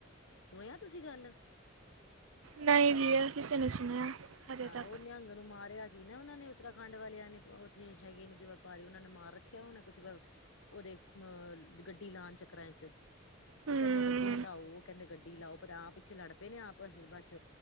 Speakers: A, on the left; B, on the right.
A: ਸੁਣਿਆ ਤੁਸੀਂ ਗੱਲ?
B: ਨਹੀਂ ਜੀ ਅਸੀਂ ਤਾਂ ਨਹੀਂ ਸੁਣਿਆ ਹਜੇ
A: ਹਾਂ
B: ਤੱਕ।
A: ਉਹ ਨਿਹੰਗ ਨੂੰ ਮਾਰਿਆ ਸੀ। ਸੀ ਨਾ ਉਹਨਾਂ ਨੇ ਉੱਤਰਾਖੰਡ ਵਾਲਿਆਂ ਨੇ ਉੱਥੇ ਹੈਗੇ ਨੇ ਜੋ ਵਪਾਰੀ ਉਹਨਾਂ ਨੇ ਮਾਰ ਰੱਖਿਆ ਉਹਨਾਂ ਕੁਛ ਉਹਦੇ ਗੱਡੀ ਲਣ ਚੱਕਰਾਂ ਚਚ <unintelligible>
B: ਹਮ
A: ਉਹ ਕਹਿੰਦੇ ਗੱਡੀ ਹਟਾਓ ਉਹ ਕਹਿੰਦੇ ਗੱਡੀ ਲਾਓ ਪਤਾ ਆਪ ਪਿੱਛੇ ਲੜ ਪਏ ਨੇ ਆਪਸ ਬਸ